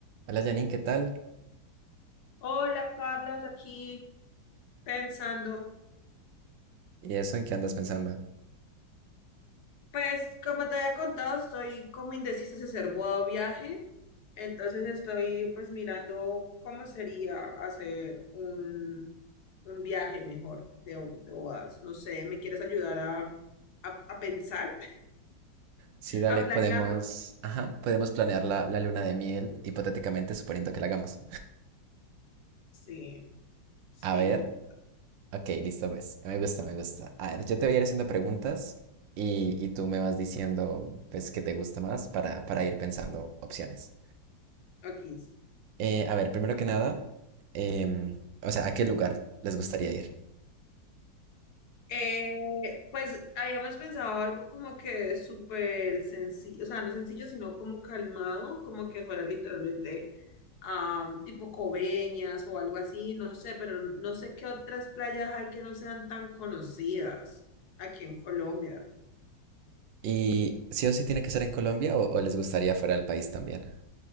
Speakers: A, on the right; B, on the left.
A: Hola Janine, ¿qué tal?
B: Hola Carlos, aquí pensando.
A: ¿Y eso en qué andas pensando?
B: Pues como te había contado, estoy como indecisa si hacer boda o viaje. Entonces estoy pues mirando cómo sería hacer un, un viaje mejor de, un- de bodas. No sé, ¿me quieres ayudar a, a, a pensar, <laughs>
A: Sí, dale,
B: a planearlo?
A: podemos, ajá, podemos planear la, la luna de miel, hipotéticamente suponiendo que la hagamos.
B: Sí, sí,
A: A ver,
B: me gusta.
A: ok, listo, pues. Me gusta, me gusta. A ver, yo te voy a ir haciendo preguntas y, y tú me vas diciendo, pues, qué te gusta más para, para ir pensando opciones.
B: Aquí.
A: Eh, a ver, primero que nada, em, o sea, ¿a qué lugar les gustaría ir?
B: Eh, pues habíamos pensado algo como que súper sencillo, o sea, no sencillo, sino como calmado, como que fuera literalmente am, tipo Coveñas o algo así, no sé, pero no sé qué otras playas hay que no sean tan conocidas aquí en Colombia.
A: ¿Y sí o sí tiene que ser en Colombia o, o les gustaría fuera del país también?